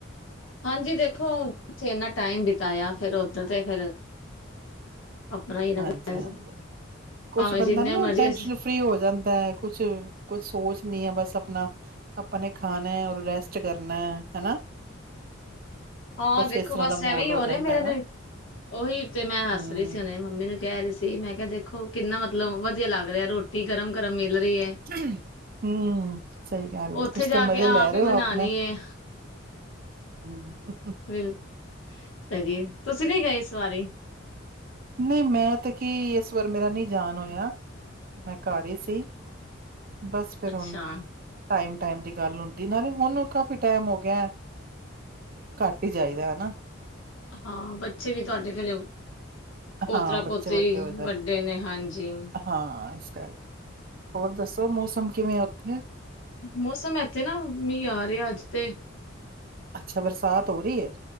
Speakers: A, on the left; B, on the right.
A: ਹਾਂਜੀ ਦੇਖੋ ਇਨਾ ਟਾਈਮ ਬਿਤਾਇਆ ਫਿਰ ਉਓਧਰ ਤੇ ਫਿਰ ਆਪਣਾ ਹੀ ਲੱਗਦਾ
B: ਹਾਂਜੀ,
A: ਵੈਸੇ,
B: ਹਾਂਜੀ ਕੁਛ
A: ਭਾਵੇਂ
B: ਬੰਦਾ
A: ਜਿੰਨੇ
B: ਨਾ
A: ਮਰਜ਼ੀ
B: ਟੈਨਸ਼ਨ
A: ਅਸੀਂ
B: ਫਰੀ ਹੋ ਜਾਂਦਾ ਹੈ ਕੁਛ, ਕੁਛ ਸੋਚ ਨੀ ਹੈ ਬਸ ਆਪਣਾ ਆਪਾਂ ਨੇ ਖਾਣਾ ਰ ਰੈਸਟ ਕਰਨਾ ਹਨਾ
A: ਹਾਂ
B: ਕੁਛ
A: ਦੇਖੋ
B: ਇਸ ਤਰ੍ਹਾਂ
A: ਬਸ
B: ਦਾ ਮਾਹੌਲ
A: ਐਵੇਂ ਹੀ ਹੋ
B: ਜਾਂਦਾ
A: ਰਿਹਾ ਮੇਰੇ
B: ਹੈ ਨਾ
A: ਨੂੰ ਉਹੀ ਤੇ ਮੈਂ ਹੱਸ
B: ਹੂੰ।
A: ਰਹੀ ਸੀ ਉਹਨੇ ਮੰਮੀ ਨੂੰ ਕਹਿ ਰਹੀ ਸੀ। ਮੈਂ ਕਿਹਾ ਦੇਖੋ ਕਿੰਨਾ ਮਤਲਬ ਵਧੀਆ ਲੱਗਦਾ। ਲਹ ਰੋਟੀ ਗਰਮ- ਗਰਮ ਮਿਲ ਰਹੀ
B: <inaudible> ਹਮ ਸਹੀ ਗੱਲ
A: ਉੱਥੇ
B: ਤੁਸੀ
A: ਜਾ
B: ਤਾਂ ਮਜ਼ਾ
A: ਕੇ ਆਪ
B: ਲੈ
A: ਹੀ
B: ਰਹੇ ਹੋ
A: ਬਣਾਉਣੀ
B: ਆਪਣੇ
A: ਹੈ
B: ਹਮ
A: ਬਿਲ, ਸਹੀਏ ਤੁਸੀਂ ਨੀ ਗਏ ਸਵਾਰੀ
B: ਨਈ ਮੈਂ ਤਾਂ ਕੀ ਇਸ ਵਾਰ ਮੇਰਾ ਨਹੀਂ ਜਾਨ ਹੋਇਆ ਮੈਂ ਘਰ ਹੀ ਸੀ। ਬਸ ਫਿਰ
A: ਅੱਛਾ
B: ਹੁਣ ਟਾਈਮ- ਟਾਈਮ ਦੀ ਗੱਲ ਹੁੰਦੀ ਨਾਲੇ ਹੁਣ ਕਾਫੀ ਟਾਈਮ ਹੋ ਗਿਆ ਘੱਟ ਹੀ ਚਾਹੀਦਾ ਹਨਾ
A: ਹਾਂ ਬੱਚੇ ਵੀ ਤੁਹਾਡੇ ਫ ਲਓ ਪੋਤਰਾ
B: ਹਾਂ ਬੱਚੇ
A: ਪੋਤਰੀ
B: ਵੱਡੇ ਹੋ ਜਾਣ
A: ਵੱਡੇ ਨੇ ਹਾਂਜੀ
B: ਹਾਂ ਇਸ ਕਰਕੇ ਹੋਰ ਦੱਸੋ ਮੌਸਮ ਕਿਵੇਂ ਆ ਉੱਥੇ
A: ਮੌਸਮ ਇੱਥੇ ਨਾ ਮੀਂ ਆ ਰਿਹਾ ਅੱਜ ਤੇ
B: ਅੱਛਾ ਬਰਸਾਤ ਹੋ ਰਹੀ ਹੈ।